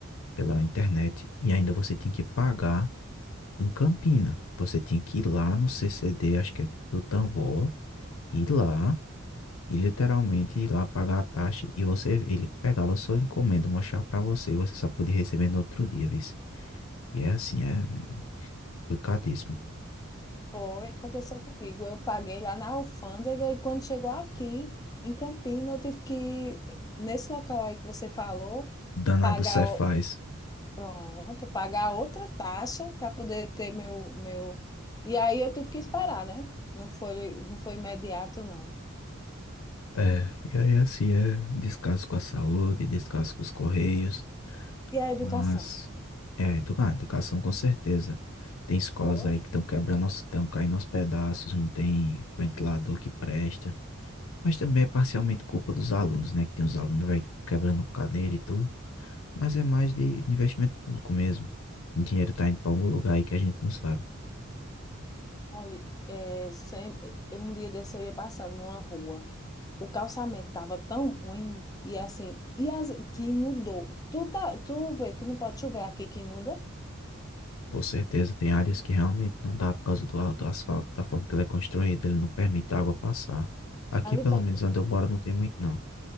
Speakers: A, on the left (about 80°); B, on the left (about 20°).
A: pela internet e ainda você tinha que pagar em Campina. Você tinha que ir lá no CCD, acho que é do Tambor, ir lá. E literalmente ir lá pagar a taxa e você, ele pegava sua encomenda, mostrava pra você e você só podia receber no outro dia, viu? E é assim, é complicadíssimo.
B: Foi, aconteceu comigo. Eu paguei lá na alfândega e quando chegou aqui, em Campina, eu tive que, nesse local aí que você falou,
A: Danado
B: pagar.
A: Cefaz.
B: Pronto, pagar outra taxa para poder ter meu, meu. E aí eu tive que esperar, né? Não foi, não foi imediato, não.
A: É, e aí assim é descaso com a saúde, descaso com os correios,
B: E a
A: com
B: educação?
A: as. É, educa- ah, educação com certeza. Tem escolas
B: Boa.
A: aí que estão quebrando, estão caindo aos pedaços, não tem ventilador que presta. Mas também é parcialmente culpa dos alunos, né? Que tem os alunos, velho, quebrando cadeira e tudo. Mas é mais de investimento público mesmo. O dinheiro está indo para algum lugar aí que a gente não sabe.
B: Olha, é, sempre, um dia desse eu ia passando numa rua. O calçamento estava tão ruim, e assim, e as, que inundou. Tu, tá, tu vê que não pode chover aqui que inunda?
A: Com certeza tem áreas que realmente não dá por causa do alto asfalto, da forma que ele é construído, ele não permite a água passar. Aqui,
B: Ali
A: pelo
B: perto,
A: menos onde eu moro, não tem muito não.